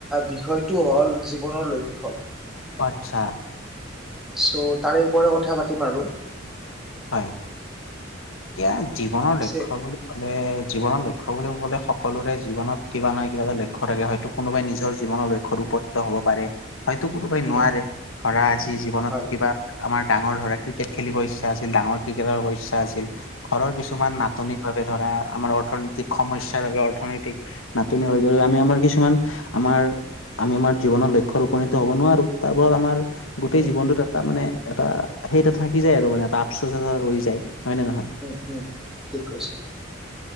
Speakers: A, in the centre; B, on the left (about 85°).
A: বিষয়টো হল জীৱনৰ লক্ষ্য
B: আতছা
A: চ' তাৰেওপৰে কথা পাতিম আৰু
B: হয় এতিয়া জীৱনৰ
A: পিছে
B: লক্ষ্য বুলি কলে জীৱনৰ লক্ষ্য বুলি ক'লে সকলোৰে জীৱনত কিবা নহয় কিবা এটা লক্ষ্য থাকে হয়তো কোনোবাই নিজৰ জীৱনৰ লক্ষ্য উপনীত হ'ব পাৰে হয়তো কোনোবাই
A: উম
B: নোৱাৰে ধৰা আজি জীৱনত
A: নোৱাৰে
B: কিবা আমাৰ ডাঙৰ ধৰা ক্ৰিকেট খেলিব ইচ্ছা আছিল ডাঙৰ ক্ৰিকেটৰ ইচ্ছা আছিল ঘৰৰ কিছুমান
A: উম
B: নাটনিৰ বাবে ধৰা আমাৰ অৰ্থনৈতিক সমস্যাৰ বাবে অৰ্থনৈতিক নাটনি হৈ
A: উম
B: গ'লে আমি আমাৰ কিছুমান আমাৰ আমি আমাৰ জীৱনৰ লক্ষ্যত উপনীত হ'ব নোৱাৰো তাৰ ফলত আমাৰ গোটেই
A: উম
B: জীৱনটোত এটা মানে এটা সেই এটা থাকি যায় আৰু মানে এটা আফচোচ এটা ৰৈ যায় হয় নে নহয়
A: উম উম ঠিক কৈছা